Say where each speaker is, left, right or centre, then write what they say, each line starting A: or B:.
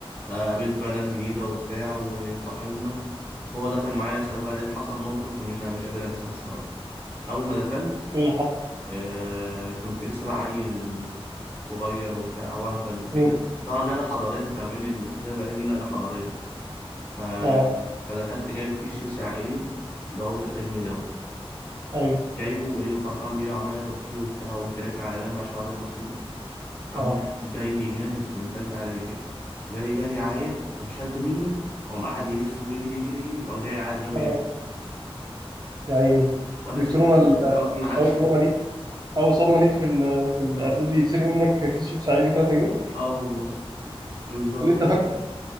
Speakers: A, on the left (about 20°); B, on the right (about 40°).
A: آه، قابلت بقى ناس جديده وبتاع وصاحبنا بابا دخل معايا سنه اولى اعدادي حصل موقف مش مش قادر انساه الصراحه اول ما دخلت
B: ايه اللي حصل
A: آه كنت لسه بقى عيل صغير وبتاع وهبل وكده
B: امم
A: طبعا نقلة حضارية انت ما بين الابتدائي والاعدادي دي نقلة حضارية ف...
B: اه
A: فدخلت جايب كيس شيبسي عائلي اللي هو 3 جنيه دوت
B: ايوه
A: جايبه وايه وفرحان بيه وعمال اكل فيه وبتاع وقمت راكن على جنب عشان اقعد اكل فيه قام
B: اه
A: واحد جاي جري من تالتة اعدادي كده جاي جري عليا قام شده مني وقام قاعد يلف ويجري يجري يجري وقام جاي قاعد جنبي
B: اه
A: ياكل
B: يا عيني
A: وانا
B: دي
A: سبت
B: التروما
A: الواحد
B: ال-
A: غصب
B: آه،
A: عني
B: اول تروما ليك اول صدمه ليك في ال-
A: <laughs>
B: في الاعدادي
A: اه
B: يتسرق منك كيس شيبس عادي 3 جنيه
A: اه والله <laughs> بالظبط
B: ولسه
A: كده
B: فاكر